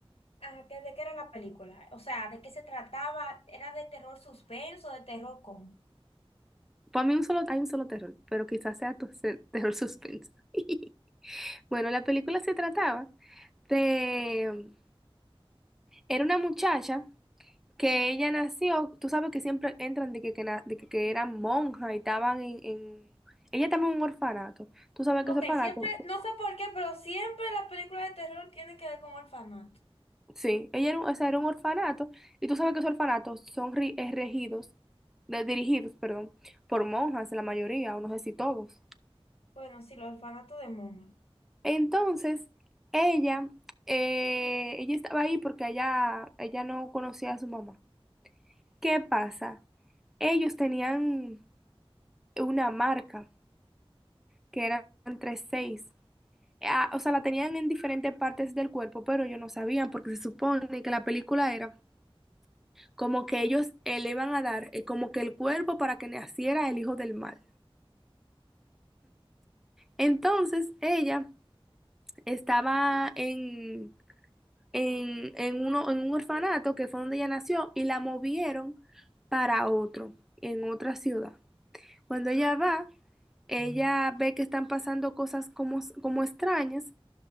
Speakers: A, on the left (about 80°); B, in the centre.
A: Ah, ¿que- ¿de qué era la película? O sea, ¿de qué se trataba? ¿Era de terror suspenso, de terror cómo?
B: Para mí un solo, hay un solo terror, pero quizás sea tu se- terror suspenso. <laughs> Bueno, la película se trataba de... Era una muchacha que ella nació, tú sabes que siempre entran de que, que, na- de que, que eran monjas y estaban en, en- Ella estaba en un orfanato. Tú sabes que
A: Ok,
B: es orfanato.
A: siempre, no sé por qué, pero siempre las películas de terror tienen que ver con orfanato.
B: Sí, ella era un, o sea, era un orfanato y tú sabes que esos orfanatos son ri- eh, regidos, de- dirigidos, perdón, por monjas, la mayoría, o no sé si todos.
A: Bueno, sí, los orfanatos de monjas.
B: Entonces, ella, eh, ella estaba ahí porque ella, ella no conocía a su mamá. ¿Qué pasa? Ellos tenían una marca que eran tres seis. Ah, o sea, la tenían en diferentes partes del cuerpo, pero ellos no sabían porque se supone que la película era como que ellos eh, le iban a dar eh, como que el cuerpo para que naciera el hijo del mal. Entonces ella estaba en, en, en uno, en un orfanato que fue donde ella nació y la movieron para otro, en otra ciudad. Cuando ella va, ella ve que están pasando cosas como, como extrañas